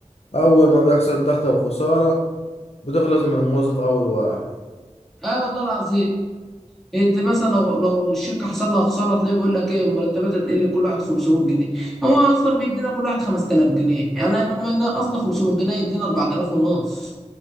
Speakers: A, on the left (about 55°); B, in the centre.
A: أول ما بيحصل ضغط أو خسارة بتغلظ من الموظف أول واحد
B: اه والله العظيم انت مثلا لو لو الشركه حصل لها خساره تلاقيه بيقول لك ايه مرتباتها تقل كل واحد 500 جنيه هو اصلا بيدينا كل واحد 5000 جنيه يعني لما نقصنا 500 جنيه يدينا 4000 ونص